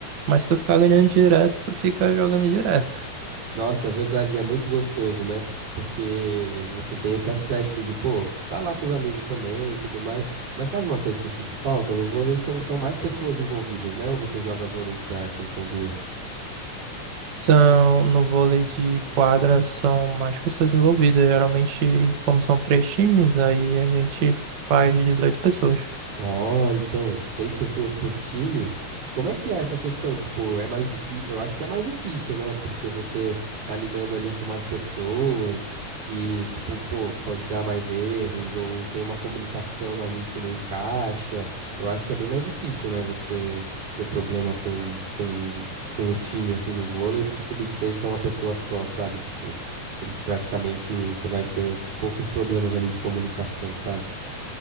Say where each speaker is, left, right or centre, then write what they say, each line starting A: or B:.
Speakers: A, on the right; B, on the right.
A: Mas se tu ficar ganhando direto, tu fica jogando direto.
B: Nossa, é verdade, é muito gostoso, né? Porque você tem esse aspecto de, pô, tá lá com os amigos também e tudo mais. Mas sabe uma coisa que eu sinto falta no vôlei? São, são mais pessoas envolvidas, né? Ou você joga vôlei de praia assim, que são duas?
A: São, no vôlei de quadra são mais pessoas envolvidas. Geralmente, como são três times, aí a gente faz 18 pessoas.
B: Ó, então, seis pessoas por time. Como é que é essa questão? Tipo, é mais difícil. Eu acho que é mais difícil, né? Porque você tá lidando ali com mais pessoas e, tipo, pô, pode dar mais erros ou tem uma comunicação ali que não encaixa. Eu acho que é bem mais difícil, né? Você ter problema com, com, com o time, assim, no vôlei do que com o beach tennis, que é uma pessoa só, sabe? Tipo, se- praticamente você vai ter poucos problemas ali de comunicação, sabe?